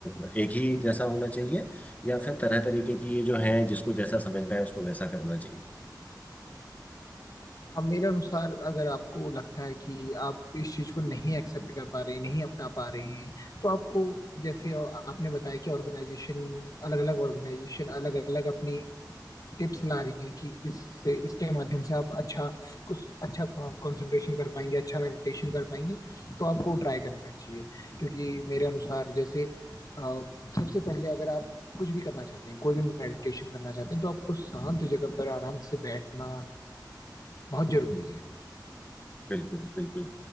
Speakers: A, on the left (about 20°); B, on the left (about 50°).
A: अ, एक ही जैसा होना चाहिए या फिर तरह तरीके की ये जो है जिसको जैसा समझना है उसको वैसा करना चाहिए
B: अब मेरे अनुसार अगर आपको लगता है कि आप इस चीज को नहीं एक्सेप्ट कर पा रहे हैं नहीं अपना पा रहे हैं तो आपको जैसे आपने बताया कि ऑर्गेनाइजेशन अलग अलग ऑर्गेनाइजेशन अलग अलग अपनी टिप्स ला रही हैं कि इससे इसके माध्यम से आप अच्छा कुछ अच्छा कंसंट्रेशन कर पाएंगे अच्छा मेडिटेशन कर पाएंगे तो आपको ट्राई करना चाहिए क्योंकि मेरे अनुसार जैसे अ, सबसे पहले अगर आप कुछ भी करना चाहते हैं कोई भी मेडिटेशन करना चाहते हैं तो आपको शांत जगह पर आराम से बैठना बहुत जरूरी है
A: बिल्कुल बिल्कुल